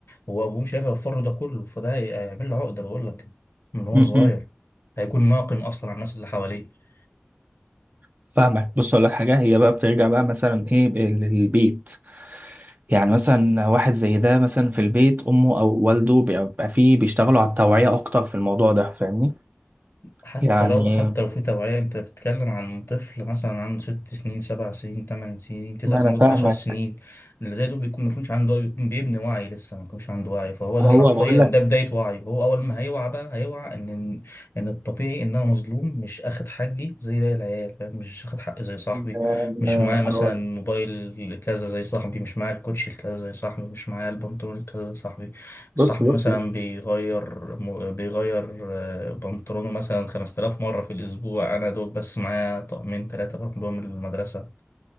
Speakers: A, on the left (about 70°); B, on the right (about 45°).
A: هو أبوه مش عارف يوفر له ده كله فده هيعمل له عقدة بقول لك من هو
B: م-
A: صغير
B: م-
A: هيكون ناقم أصلا على الناس اللي حواليه
B: فاهمك بص أقول لك حاجة هي بقى بترجع بقى مثلا إيه للبيت يعني مثلا واحد زي ده مثلا في البيت امه او والده بيبقى فيه بيشتغلوا على التوعية اكتر في الموضوع ده فاهمني
A: حتى
B: يعني
A: لو حتى لو في توعية انت بتتكلم عن طفل مثلا عنده ست سنين سبع سنين ثمان سنين تسع
B: ما
A: سنين
B: انا
A: ممكن
B: فاهمك
A: عشر سنين اللي زي دول بيكون ما بيكونش عنده بيكون بيبني وعي لسه ما بيكونش عنده وعي فهو ده
B: هو
A: حرفيا
B: بقول
A: ده
B: لك
A: بداية وعي وهو أول ما هيوعى بقى هيوعى إن إن الطبيعي إن أنا مظلوم مش آخد حقي زي باقي العيال فاهم مش آخد حقي زي صاحبي
B: آه،
A: مش معايا مثلا
B: هقول-
A: موبايل كذا زي صاحبي مش معايا الكوتشي الكذا زي صاحبي مش معايا البنطلون الكذا زي صاحبي صاحبي
B: بص بص
A: مثلا
B: بص.
A: بيغير م- بيغير آه، بنطلونه مثلا 5000 مرة في الأسبوع أنا دوب بس معايا طقمين تلاتة بروح بيهم المدرسة